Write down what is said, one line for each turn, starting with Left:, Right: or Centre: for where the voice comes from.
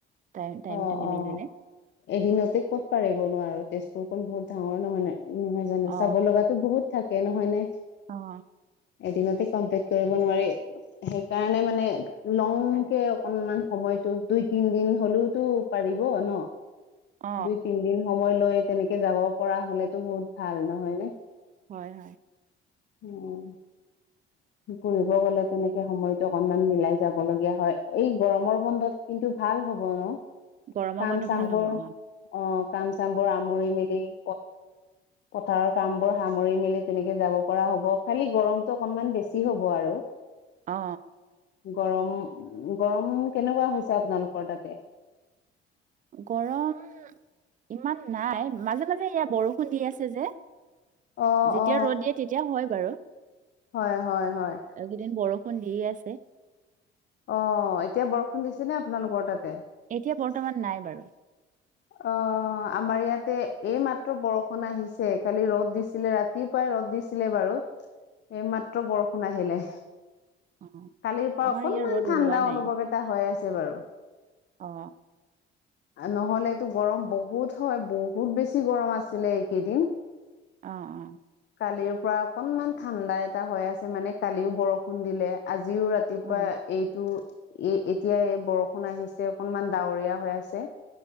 Right: টাইম- টাইম
Left: অ
Right: টো নিমিলিলে।
Left: অ এদিনতে ক'ত পাৰিব নোৱাৰো তেজপুৰখন বহুত ডাঙৰ, হয় নাই, নহয়? জানো
Right: অ
Left: চাব লগাতো বহুত থাকে, নহয় নে?
Right: অঁ।
Left: এদিনতে কনটেক্ট কৰিব নোৱাৰি। সেইকাৰণে মানে লওঁকে অকনমান সময়তটো দুই- তিন দিন হলও- টো পাৰিব ন।
Right: অ
Left: দুই -তিনদিন সময় লৈ তেনেকে যাব পৰা হ'লেটো বহুত ভাল, নহয় নে?
Right: হয়, হয়।
Left: উম। ফুৰিব গ'লে তেনেকে সময়তটো অকনমান মিলাই যাব লগগীয়া হয়। এই গৰমৰ বন্ধত- কিন্তু ভাল হ'ব ন
Right: গৰমৰ
Left: কাম
Right: বন্ধ
Left: -চামবোৰ-
Right: ভাল হ'ব অ
Left: অঁ, কাম -চামবোৰ সামৰি- মেলি, - পথাৰৰ কাম বোৰ সামৰি মেলি তেনেকে যাব পৰা হ'ব, খালি গৰমতটো অকনমান বেছি। যি হ'ব আৰু।
Right: অ।
Left: গৰম গৰম কেনেকুৱা হৈছে আপোনালোকৰ তাতে।
Right: গৰম ইমান নাই মাজে মাজে এয়া বৰষুণ দি আছে যে।
Left: অ
Right: যেতিয়া
Left: অ
Right: ৰ'দ দিয়ে তেতিয়া হয় বাৰু।
Left: হয় হয় হয়
Right: কেইদিন বৰষুণ দিয়ে আছে।
Left: অ এতিয়া বৰষুণ দিছে নে আপোনালোকৰ তাতে।
Right: এতিয়া বৰ্তমান নাই বাৰু।
Left: অ আমাৰ ইয়াতে এইমাত্ৰ বৰষুণ আহিছে কালি ৰ'দ দিছিলে ৰাত ৰাতিপুৱাই ৰ'দ দিছিলে বাৰু।
Right: <unintelligible>
Left: এইমাত্ৰ বৰষুণ আহিলে।
Right: অ
Left: কালিৰ পৰা
Right: আমাৰ
Left: অকনমান
Right: ইয়াৰ ৰ'দ
Left: ঠাণ্ডা
Right: ওলোৱা নাই
Left: অনুভৱ এটা হৈ আছে বাৰু।
Right: অ।
Left: নহ'লে টো গৰম বহুত হয় বহুত বেছি গৰম আছিলে এইকেইদিন।
Right: অ অ।
Left: কালিৰ পৰা অকনমান ঠাণ্ডা এটা হৈ আছে মানে কালিও বৰষুণ দিলে আজিও ৰাত ৰাতিপুৱা
Right: অ
Left: এইটো এ এতিয়া এই বৰষুণ আহিছে অকনমান ডাৱৰীয়া হৈ আছে।